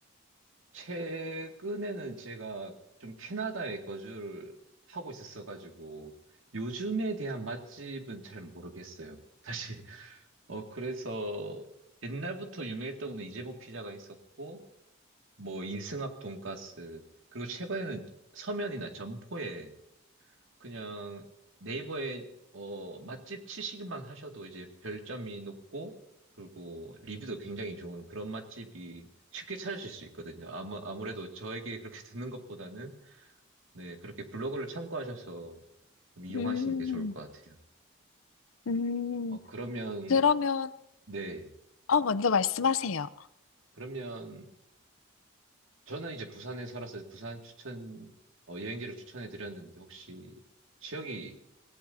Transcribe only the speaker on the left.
음,
음,
그러면,
어, 먼저 말씀하세요.